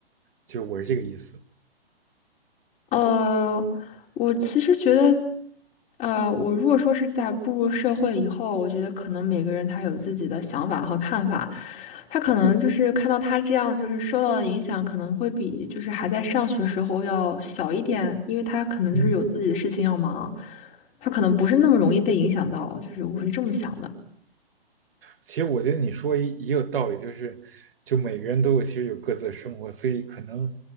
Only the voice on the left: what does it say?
呃，我其实觉得，呃，我如果说是在步入社会以后，我觉得可能每个人他有自己的想法和看法，他可能就是看到他这样，就是受到的影响可能会比就是还在上学时候要小一点，因为他可能就是有自己的事情要忙，
他可能不是那么容易被影响到，就是我是这么想的。